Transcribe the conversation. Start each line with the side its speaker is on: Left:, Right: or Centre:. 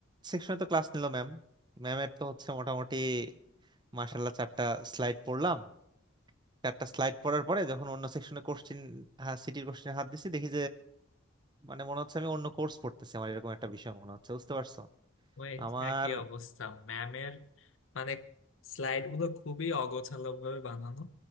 Right: সেকশনে তো ক্লাস নিল ম্যাম ম্যামের তো হচ্ছে মোটামুটি মাসাল্লাহ চারটা স্লাইড পড়লাম চারটা স্লাইড পড়ার পরে যখন অন্য সেকশনে কোশ্চিন সিটির কোশ্চিনে হাত দিছি দেখি মানে মনে হচ্ছে আমি অন্য কোর্স পড়তেছি আমার এরকম একটা বিষয় মনে হচ্ছে বুঝতে পারছো
Left: ওই
Right: আমার
Left: একই অবস্থা ম্যামের মানে স্লাইড গুলো খুবই অগোছালো ভাবে বানানো